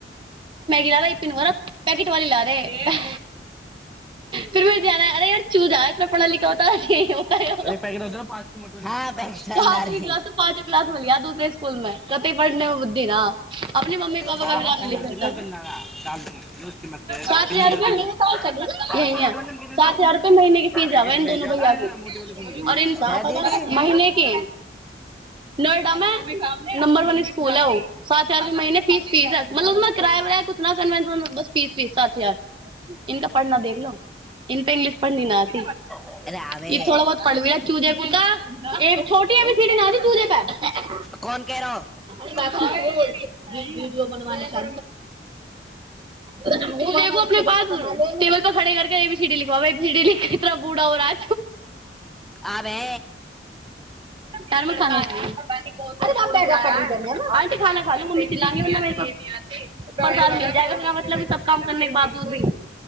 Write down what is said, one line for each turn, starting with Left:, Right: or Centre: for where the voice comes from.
Right: ला रहा पिनारा पैकेट वाली ला रहे फर मे ध्यान अरे <unintelligible> चूजा इतना पढ़ा लिखा होता ह होता य
Centre: एक पॅकेट होत ना पाच की मोठ हा पॅकेट
Right: हाथ
Centre: आणणार आहे
Right: भ गलाता पाँचे क्लास म लियाा दूसरे स्कुलमे पे पढ़ने मे बुद्धि न अपने मम्मी पापा
Centre: हा
Right: क बि
Centre: हा
Right: जान
Centre: फोन
Right: लिखता
Centre: होतील ना चलणारा डाल दूंगे उसकी मत करे यार
Right: सात
Centre: पिन्नी
Right: हजार रुप
Centre: होती तो पाच
Right: यहीै
Centre: की मोठे वाले नमकीन दे
Right: सात
Centre: दो
Right: हजार रुपए महिने के
Centre: पैकेट
Right: फीस आबै इ दोननो
Centre: ले जा
Right: भैया
Centre: अरे ना
Right: के
Centre: मोटी वाली खुली है
Right: आरार
Centre: दीदी
Right: महनेके नोएडामे नंबर वन सकूल हो सात चार महिने फीस फीस ह मतलब उमे किराआ उरा कछ न कन्वेंस बस फीस फीस सात हजार इनका पढ़ना देख लो इन तऽ इंग्लिश पढ़ नथ
Centre: अरे अबे
Right: ई थोड़ बहुत पढ़बी र क दे पू तऽ ए छोटिय भी सीट न दी तू जेे पैर
Centre: कोन क रहा हो
Right: जो बनने सा <unintelligible> एगो अपने पास तो खरे करके ए बी सी डी लिखवावे इतना बूढ़ा हो रहा है
Centre: आबै
Right: धर्म खाना <unintelligible> <unintelligible> काम करने के बाबजूद भी